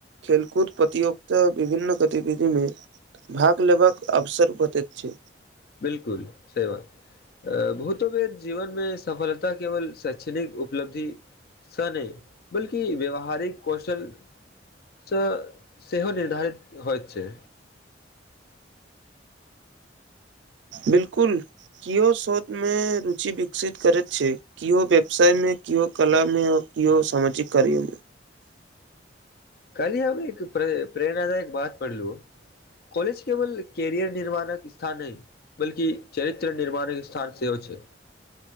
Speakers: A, on the right; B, on the left.
A: खेलकूद प्रतियोगिता विभिन्न गतिविधिमे भाग लेबाक अवसर बतैत छै
B: बिलकुल सेवात अ भूत बेर जीवनमे सफलता केवल शैक्षणिक उपलब्धि स नहि बल्कि व्यवहारिक कौशल त सेहो निर्धारित होइ छै
A: बिलकुल केओ श्रोतमे रुचि विकसित करैत छै केओ व्यवसायमे केओ कलामे केओ समझिक करियौ मे
B: कल अब एक प्रेरणादायक बात पढ़लू कॉलेज केवल कैरियर निर्माणक स्थान ह बल्कि चरित्र निर्माणक स्थान सेहो हो प छै